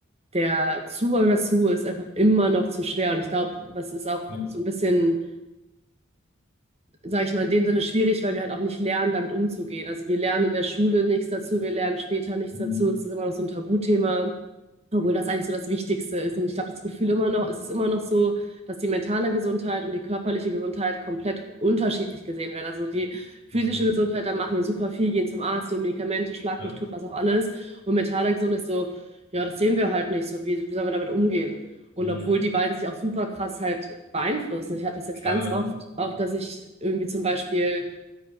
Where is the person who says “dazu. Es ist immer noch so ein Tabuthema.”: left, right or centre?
Right